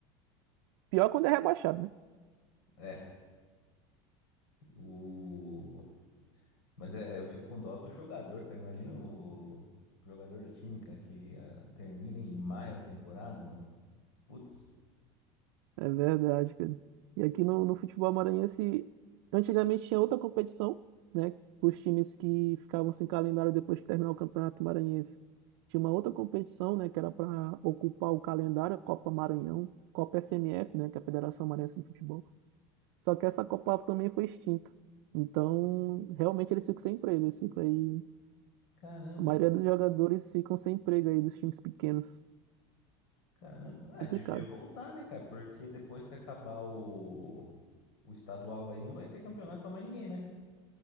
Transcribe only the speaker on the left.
É, o. Mas é, é, eu fico com dó do jogador, cara. Imagina o jogador do time, cara, que ah, termina em maio a temporada, mano. Putz,
caramba,
caramba.
Ah, devia voltar, né, cara? Porque depois que acabar o, o estadual aí, não vai ter campeonato pra mais ninguém, né?